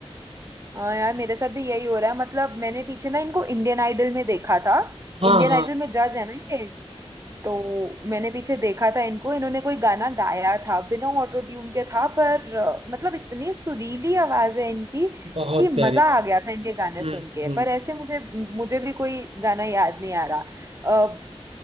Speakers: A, on the right; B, on the right.
A: हाँ यार मेरे साथ भी यही हो रहा है मतलब मैंने पीछे ना इनको इंडियन आइडल में देखा था
B: हाँ
A: इंडियन
B: हाँ
A: आइडल
B: हाँ
A: में जज है ना ये तो मैंने पीछे देखा था इनको इन्होंने कोई गाना गाया था बिना ऑटो ट्यून के था पर अ, मतलब इतनी सुरीली आवाज है इनकी
B: बहुत
A: कि
B: प्यारी
A: मजा
B: बहुत
A: आ गया
B: प्यारी
A: था इनके गाने सुन
B: हम्म
A: के
B: हम्म
A: पर ऐसे मुझे मुझे भी कोई गाना याद नहीं आ रहा अ,